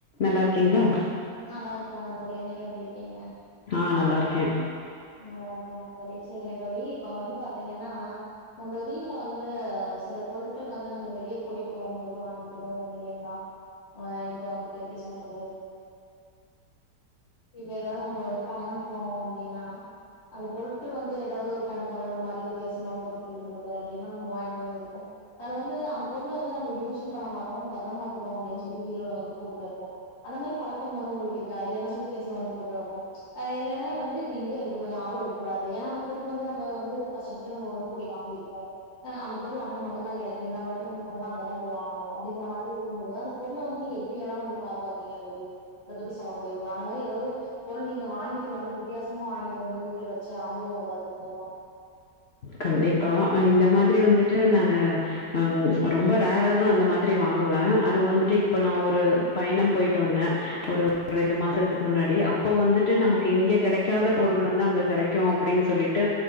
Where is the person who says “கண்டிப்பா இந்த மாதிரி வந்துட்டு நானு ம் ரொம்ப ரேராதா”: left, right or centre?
Left